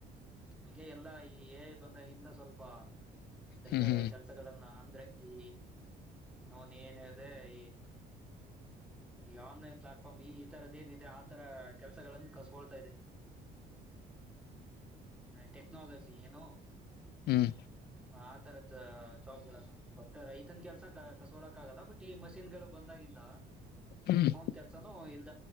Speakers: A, in the centre; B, on the left.
A: ನಂಗೆ ಎಲ್ಲಾ ಈ ಏ ಬಂದಾಗಿಂದ ಸ್ವಲ್ಪ ಎಲ್ಲರ
B: ಹ್ಮ್ ಹ್ಮ್
A: ಕೆಲ್ಸಗಳ ಅಂದ್ರೆ ಈ ನೋನ್ ಏನ್ದೆ ಈ ಈ ಆನ್ಲೈನ್ ಪ್ಲಾಟ್ಫಾರ್ ಈ ತರದ ಏನ್ ಆತರ ಕೆಲಸಗಳನ್ನು ಕಸಕೊಳ್ತಾ ಇದೆ ಟೆಕ್ನಾಲಜಿ ಏನೋ
B: ಹ್ಮ್
A: ಆ ತರದ ಜಾಬ್ ಗಳನ್ನ ಬಟ್ ರೈತನ್ ಕೆಲ್ಸ ಕಸಕೊಳ್ಳೋಕೆ ಆಗಲ್ಲ ಬಟ್ ಈ ಮಷಿನ್ ಗಳು ಬಂದಾಗಿಂದ
B: ಹ್ಮ್
A: ಅವನ್ ಕೆಲ್ಸನುೂ ಇಲ್ದ